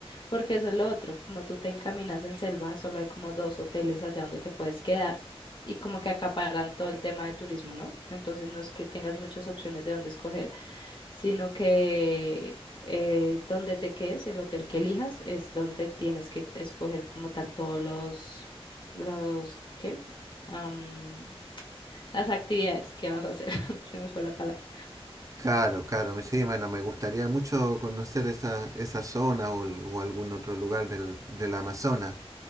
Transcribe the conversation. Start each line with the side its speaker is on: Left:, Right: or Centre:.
Left: porque eso es lo otro. Como tú te encaminas en selva, solo hay como dos hoteles allá donde te puedes quedar y como que acaparan todo el tema de turismo, ¿no? Entonces no es que tengas muchas opciones de dónde escoger. sino que eh, donde te quedes, el hotel que elijas, es donde tienes que escoger como tal todos los, los, ¿qué? Am, las actividades que vas a hacer. <laughs> Se me fue la palabra.
Right: Claro, claro, me- sí, bueno, me gustaría mucho conocer esa, esa zona o, o algún otro lugar del, del Amazonas.